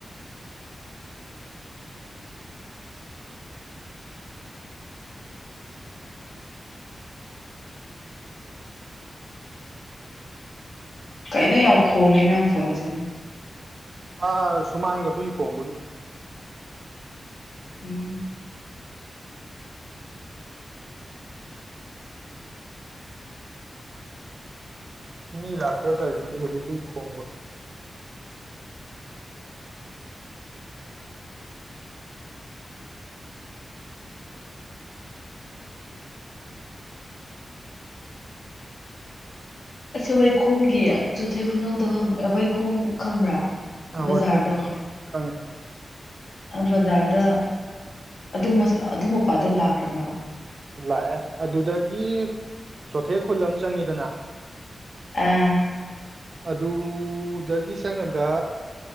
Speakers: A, on the left (about 80°); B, on the right (about 55°).
A: ꯀꯩꯅꯣ ꯌꯥꯝ ꯈꯣꯡꯉꯦ ꯅꯪ ꯐꯣꯟꯁꯦ
B: ꯑꯥ ꯁꯨꯃꯥꯡꯗ ꯍꯨꯏ ꯈꯣꯡꯕꯒꯤ
A: ꯎꯝ
B: ꯃꯤ ꯂꯥꯛꯄꯔꯥ ꯍꯥꯏꯇꯥꯔꯤꯅꯣ ꯑꯗꯨꯗꯒꯤ ꯍꯨꯏ ꯈꯣꯡꯕ
A: ꯑꯁ ꯋꯥꯏꯈꯣꯡꯒꯤ ꯆꯨꯊ ꯈꯨꯅꯧꯗꯕ ꯋꯥꯏꯈꯣꯡ ꯈꯪꯕ꯭ꯔꯥ
B: ꯑꯥ
A: ꯕꯖꯥꯔꯗꯣ
B: ꯋꯥꯏꯈ ꯈꯪꯉꯦ
A: ꯕꯖꯥꯔꯗ ꯑꯗꯨ ꯑꯗꯨ ꯃꯄꯥꯗꯣ ꯂꯥꯛꯈ꯭ꯔꯕ
B: ꯂꯥꯛꯑꯦ ꯑꯗꯨꯗꯒꯤ ꯆꯣꯊꯦꯠ ꯈꯨꯜ ꯑꯃ ꯆꯪꯉꯤꯗꯅ
A: ꯑꯥ
B: ꯑꯗꯨ ꯑꯗꯨꯗꯒꯤ ꯆꯪꯉꯒ